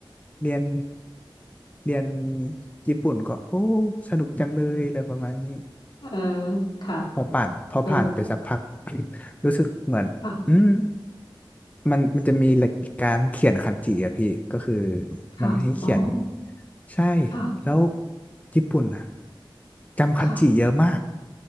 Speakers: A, on the left; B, on the left.
A: เรียนเรียนญี่ปุ่นก็โอ้สนุกจังเลยอะไรประมาณนี้
B: เออค่ะ
A: พอผ่านพอผ่านไปสักพัก
B: เออ
A: <laughs> รู้สึกเหมือนอืม
B: ค่ะ
A: มันมันจะมีหลักการเขียนคันจิอะพี่ก็คือ
B: ค่ะอ๋อ
A: มันให้เขียนใช่
B: ค่ะ
A: แล้วญี่ปุ่นอะจำคันจิเยอะมาก
B: ค่ะ